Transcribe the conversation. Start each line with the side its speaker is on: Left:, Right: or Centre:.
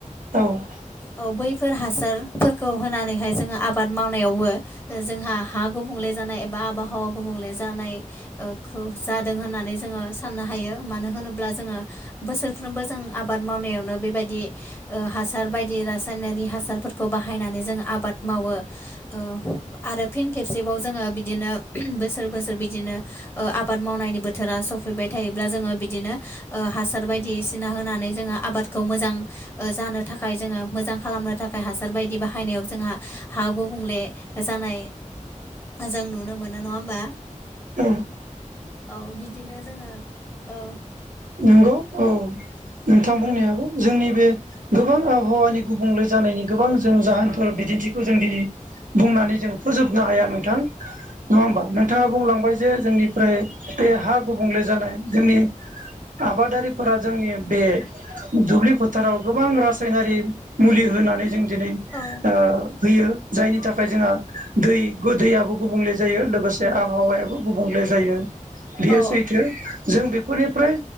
Right: औव
Left: औ बैफोर हासारफोरखौ होनानैहाय जोंङो आबाद मावनायावबो जोंहा हा गुबुंले जानाय एबा आबहावा गुबुंले जानाय ओ खौ जादों होननानै जोङो साननो हायो मानो होनोब्ला जोङो बोसोरफ्रोमबो जों आब बाद मावनायावनो बेबायदि ओ हासार बायदि रासायनारि हासारफोरखौ बाहायनानै जों आ बाद मावो ओ आरो फिन खेबसेबाव जोङो बिदिनो बोसोर बोसोर बिदिनो ओ आबाद मावनायनि बोथोरा सफैबाय थायोब्ला जोङो बिदिनो ओ हासार बायदिसिना होनानै जोङो आबाद खौ मोजां ओ जानो थाखाय जोङो मोजां खालामनो थाखाय हासार बायदि बाहायनायाव जोंहा हा गुबुंले जानाय जों नुनो मोनो नङा होमबा?
Right: औ
Left: औ बिदिनो जोङो ओ
Right: नंगौ औ नोंथां बुंनायाबो जोंनि बे गोबां आबहावानि गुबुंले जानायनि गोबां जों जाहोनफोर बिदिन्थिखौ जों दिनै बुंनानै जों फोजोबनो हाया नोंथां नङा होमबा? नोंथाङा बुंलांबाय जे जोंनिफ्राय बे हा गुबुंले जानाय जोंनि आबादारिफोरा जोंनि बे दुब्लि फोथाराव गोबां रासायनारि मुलि होनानै जों दिनै
Left: औ।
Right: ओ होयो जायनि थाखाय जोंहा दै दैयाबो गुबुंले जायो लोगोसे जे आबहावायाबो गुबुंले जायो बेयो
Left: औ
Right: सैथो जों बेफोरनिफ्राय